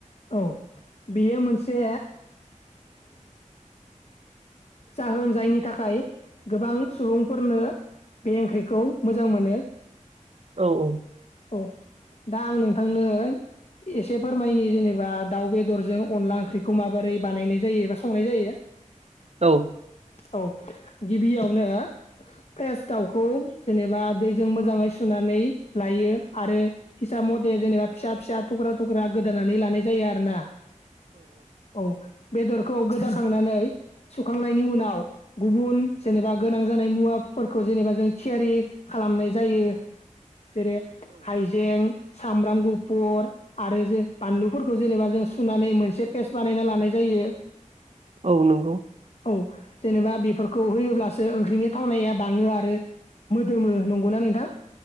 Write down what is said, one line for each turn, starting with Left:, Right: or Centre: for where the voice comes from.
Left: औ बेयो मोनसे जाहोन जायनि थाखाय गोबां सुबुंफोरनो बे ओंख्रिखौ मोजां मोनो
Right: औ औ
Left: औ दा आं नोंथांनो एसे फोरमायनि जेनेबा दाउ बेदरजों अनला ओंख्रिखौ माबोरै बानायनाय जायो एबा संनाय जायो
Right: औ
Left: औ गिबियावनो फ्रेस दाउखौ जेनेबा दैजों मोजाङै सुनाय लायो आरो हिसाब मथे जेनेबा फिसा फिसा थख्रा थख्रा गोदानानै लानाय जायो आरोना औ बेदरखौ गोदाखांनानै सुखांनायनि उनाव गुबुन जेनेबा गोनां जानाय मुवाफोरखौ जेनेबा जों थियारि खालामनाय जायो जेरै हाइजें सामब्राम गुफुर आरो जे बानलुफोरखौ जेनेबा जों सुनानै मोनसे पेस्ट बानायना लानाय जायो
Right: औ नंगौ
Left: औ जेनेबा बेफोरखौ होयोब्लासो ओंख्रिनि थावनाया बाङो आरो मोदोमो नंगौना नोंथां